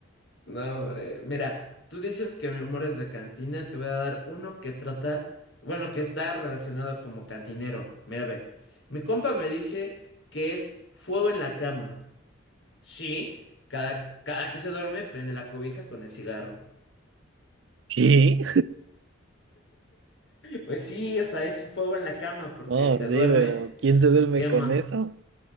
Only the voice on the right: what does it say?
¿Qué?
Oh,
sí,
pero ¿quién se
duerme
con eso?